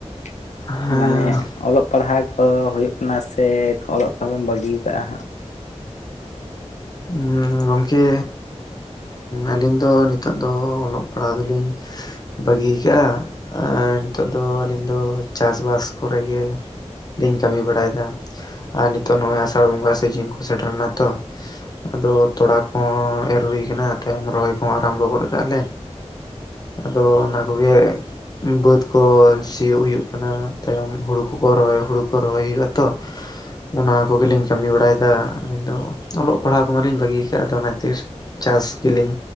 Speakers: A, on the left; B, on the left.
A: <inaudible>
B: ᱦᱮᱸ
A: ᱢᱟᱱᱮ ᱚᱞᱚᱜ ᱯᱟᱲᱦᱟᱣ ᱠᱚ ᱦᱩᱭᱩᱜ ᱠᱟᱱᱟ ᱥᱮ ᱚᱞᱚᱜ ᱯᱟᱲᱦᱟᱣᱮᱢ ᱵᱟᱹᱜᱤ ᱠᱟᱜᱼᱟ ᱦᱟᱸᱜ᱾
B: ᱩᱸ ᱜᱚᱝᱠᱮᱼᱼ ᱟᱞᱤᱧ ᱫᱚ ᱱᱤᱛᱚᱜ ᱫᱚ ᱚᱞᱚᱜ ᱯᱟᱲᱦᱟᱣ ᱫᱚᱞᱤᱧᱼᱼ ᱵᱟᱹᱜᱤ ᱠᱟᱜᱼᱟ ᱟᱨ ᱱᱤᱛᱚᱜ ᱫᱚ ᱟᱹᱞᱤᱧ ᱫᱚ ᱪᱟᱥᱵᱟᱥ ᱠᱚᱨᱮᱜ ᱜᱮᱼᱼ ᱞᱤᱧ ᱠᱟᱹᱢᱤ ᱵᱟᱲᱟᱭ ᱮᱫᱟ ᱟᱨ ᱱᱤᱛᱚᱜ ᱱᱚᱜᱼᱚᱭ ᱟᱥᱟᱲ ᱵᱚᱸᱜᱟ ᱥᱤᱡᱤᱱ ᱠᱚ ᱥᱮᱴᱮᱨᱱᱟ ᱛᱚ᱾ ᱟᱫᱚ ᱛᱚᱲᱟ ᱠᱚᱦᱚᱸ ᱮᱨ ᱦᱩᱭ ᱠᱟᱱᱟ ᱛᱟᱭᱚᱢ ᱨᱚᱦᱚᱭ ᱠᱚᱦᱚᱸ ᱟᱨᱟᱢᱵᱚ ᱜᱚᱫ ᱠᱟᱜᱟᱞᱮ᱾ ᱟᱫᱚ ᱚᱱᱟ ᱠᱚᱜᱮ᱾ ᱵᱟᱹᱫᱽ ᱠᱚ ᱥᱤᱭᱳᱜ ᱦᱩᱭᱩᱜ ᱠᱟᱱᱟ ᱛᱟᱭᱚᱢ ᱦᱩᱲᱩ ᱠᱚᱠᱚ ᱨᱚᱦᱟᱭ ᱦᱩᱲᱩ ᱠᱚ ᱨᱚᱦᱚᱭ ᱦᱩᱭᱩᱜᱼᱟ ᱛᱚ᱾ ᱚᱱᱟ ᱠᱚᱜᱮᱞᱤᱧ ᱠᱟᱹᱢᱤ ᱵᱟᱲᱟᱭᱮᱫᱟ ᱟᱹᱞᱤᱧ ᱫᱚ ᱚᱞᱚᱜᱼᱼ ᱯᱟᱲᱦᱟᱣ ᱠᱚᱢᱟᱞᱤᱧ ᱵᱟᱹᱜᱤ ᱠᱟᱜᱼᱟ ᱟᱫᱚ ᱚᱱᱟ ᱠᱷᱟᱹᱛᱤᱨ ᱪᱟᱥ ᱜᱮᱞᱤᱧᱼᱼ